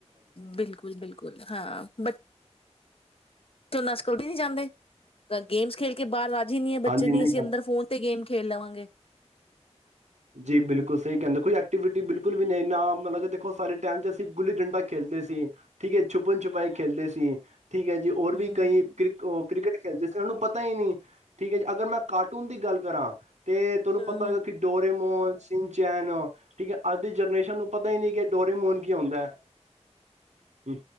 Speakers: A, on the left (about 55°); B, on the right (about 80°).
A: ਬਿਲਕੁਲ ਬਿਲਕੁਲ ਹਾਂ ਬ ਚੋ ਨਸਕਲਦੀ ਨਹੀਂੀ ਜਾਂਦੇ ਗੇਮਸ ਖੇਡ ਕੇ ਬਾਹਰ ਨਹੀਂੀ ਬੱਚੇ
B: ਹਾਂਜੀ
A: ਨ
B: ਨਹੀਂ
A: ਅਸੀਂ ਅੰਦਰ ਫੋਨ ਤੇ ਗੇਮ ਖੇਲ ਲਵਾਂਗੇ
B: ਜੀ ਬਿਲਕੁਲ ਸਹੀ ਕਹਿੰਦਾ ਕੋਈ ਐਕਟੀਵਿਟੀ ਬਿਲਕੁਲ ਵੀ ਨਹੀਂ ਨਾ ਮਤਲਬ ਕਿ ਦੇਖੋ ਸਾਡੇ ਟਾਈਮ ਚ ਅਸੀਂ ਗੁੱਲੀ ਡੰਡਾ ਖੇਡਦੇ ਸੀ ਠੀ ਛੁਪ ਛੁਪਾਈ ਖੇਲ ਸੀ ਤੇ ਠੀਕ ਹੈ ਜੀ ਹੋਰ
A: ਹੂੰ
B: ਵੀ ਕਈ ਕ੍ਰਿਕ ਉਹ ਕ੍ਰਿਕਟ ਜਿਸੇ ਉਹਨੂੰ ਪਤਾ ਹੀ ਨਹੀਂੀ ਠੀਕ ਹੈ ਜੀ ਅਗਰ ਮੈਂ ਕਾਰਟੂਨ ਦੀ ਗੱਲ ਕਰਾਂ ਤੇ ਤੁਹਾਨੂੰ
A: ਹੂੰ
B: ਪਤਾ ਹੈਗਾ ਕਿ ਹ ਮੋਹਨ ਸਿੰਘ ਚੈਾਨੋ ਠੀਕ ਹੈ ਅੱਜ ਦੀ ਜਨਰੇਸ਼ਨ ਨੂੰ ਪਤਾ ਹੀ ਨਹੀਂੀ ਕਿ ਡੋਰੇਮੋਨ ਕੀ ਆਉਂਦਾ ਹ